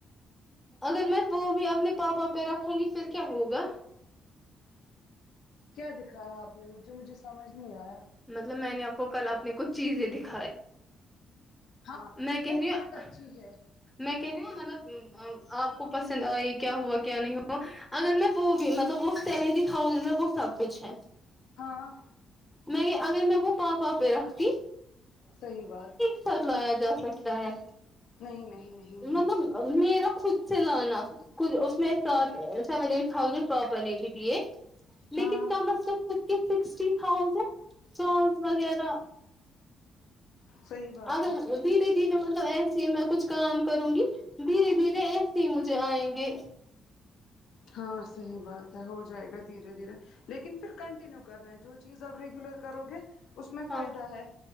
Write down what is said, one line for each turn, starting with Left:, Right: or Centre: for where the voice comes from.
Centre: اگر میں وہ بھی اپنے پاپا پہ رکھوں گی پھر کیا ہوگا
Left: کیا دکھایا آپ نے مجھے مجھے سمجھ نہیں آیا
Centre: مطلب میں نے آپ کو کل اپنے کچھ چیزیں دکھائی
Left: ہاں
Centre: میں کہہ
Left: وہ
Centre: رہی
Left: بہت
Centre: ہوں
Left: اچھی ہے
Centre: میں کہتی ن مطلب آپ کو پسند آئی کیا ہوا کیا نہیں ہوا اگر میں وہ بھی مطلب وہ سیونٹی تھازینڈ میں وہ سب کچھ ہے
Left: ہاں
Centre: میں اگر میں وہ پاپا پہ رکھتی
Left: صحیح بات ہے
Centre: س لیا جا سکتا ہے
Left: نہیں نہیں نہیں نہیں
Centre: مطلب میرا خود سے لانا ک اس میں ساتھ سیون ایٹ تھاؤزینڈ پاپا لے کے دیے لیکن
Left: ہاں
Centre: کم از کم فیفڈی سکسٹی تھاوزینڈ سوز وغیرہ
Left: صحیح بات
Centre: اگر
Left: ہے
Centre: دھیرے دھیرے مطلب ایسے میں کچھ کام کروں گی دھیرے دھیرے ایسے ہی مجھے آئیں گے
Left: ہاں صحیح بات ہے ہو جائے گا دھیرے دھیرے لیکن پھر کنٹینیو کرنا ہے جو چیز آپ ریگولر کرو گے اس میں
Centre: ہاں
Left: فائدہ ہے